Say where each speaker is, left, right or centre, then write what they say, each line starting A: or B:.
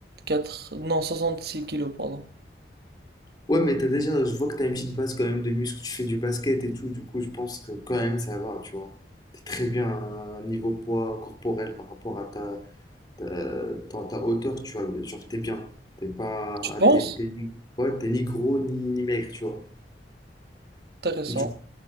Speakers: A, on the right; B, on the left.
A: quatre non, 66 kilos, pardon.
B: Ouais, mais t'as déjà, je vois que t'as une petite base quand même de muscles, tu fais du basket et tout, du coup, je pense que quand même ça va, tu vois. T'es très bien à un niveau poids corporel par rapport à ta, T'as- t'en- ta hauteur, tu vois, genre t'es bien. T'es pas.
A: Tu penses?
B: ah, T'es, t'es ni... ouais, t'es ni gros ni, ni maigre, tu vois.
A: Intéressant.
B: Du-